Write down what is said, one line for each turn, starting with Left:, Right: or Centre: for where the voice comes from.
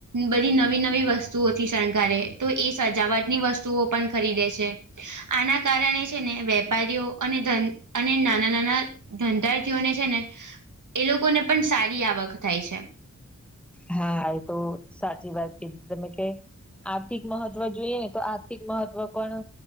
Right: બધી નવી નવી વસ્તુઓથી શણગારે તો એ સજાવટની વસ્તુઓ પણ ખરીદે છે. આના કારણે છે ને વેપારીઓ અને અને નાના નાના ધંધાર્થીઓને છે ને એ લોકોને પણ સારી આવક થાય છે.
Centre: હા, એ તો સાચી વાત કીધી તમે કે આર્થિક મહત્વ જોઈએ ને તો આર્થિક મહત્વ પણ